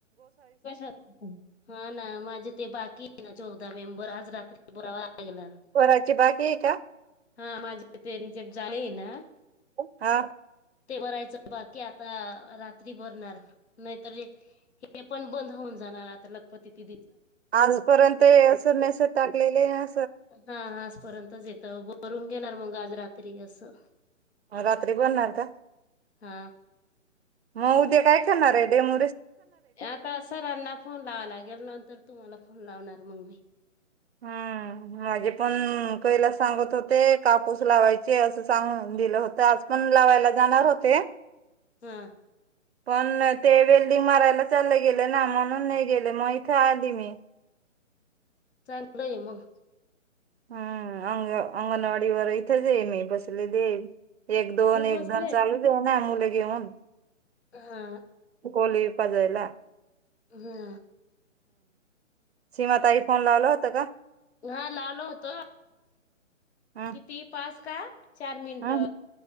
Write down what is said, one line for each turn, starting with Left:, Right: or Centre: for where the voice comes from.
Left: कशात हा ना माझे ते बाकी चौदा मेंबर आज रात्री बारा वाजता येणार
Right: करायची बाकी आहे का
Left: हा माझे ते रिजेक्ट झालेय नाही
Right: हा
Left: ते भरायचं बाकी आता रात्री बरणार नाहीत पण बंद होऊन जाणार आता लखपती ति
Right: आज पर्यंत हे अस मेसेज टाकलेले आहे
Left: हा आजपर्यंतच येत बरून घेणार मग आज रात्री असं
Right: रात्री भरणार का
Left: हा
Right: मग उद्या काय करणार आहे डेम
Left: आता सरांना फोन लावा लागेल नंतर तुम्हाला फोन लावणार मग मी
Right: हम् माझे पण कैला सांगत होते कापूस लावायचे असं सांग दिलं होतं आज पण लावायला जाणार होते
Left: हम्म
Right: पण ते वेल्डिंग मारायला चालले गेले ना म्हणून नाही गेले मग इथे आली मी
Left: चांगलं आहे मग
Right: हम्म अंग अंगणवाडी वर इथेच आहे मी बसले दे एक दोन
Left: तिथंच
Right: एक
Left: बसले
Right: दन चालूच आहे ना मुले घेऊन
Left: हा
Right: कोली पाजयला
Left: हा
Right: सीमा ताईला फोन लावला होता का
Left: हा लावलो होतो
Right: हम्म
Left: किती पाच का चार मिनिट
Right: हम्म